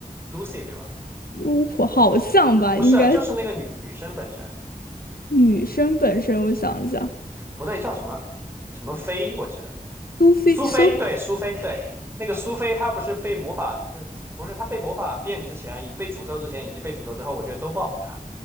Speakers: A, on the right; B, on the left.
A: Lucy 对吧？
B: 巫婆好像吧，
A: 不是啊，
B: 应该
A: 就是那个女女生本身，
B: 女生本身，我想一下，
A: 不对，叫什么什么飞，我记得
B: 苏菲苏。
A: 苏菲，对，苏菲，对，那个苏菲，她不是被魔法，呃不是她被魔法变之前，被诅咒之前以及被诅咒之后，我觉得都不好看。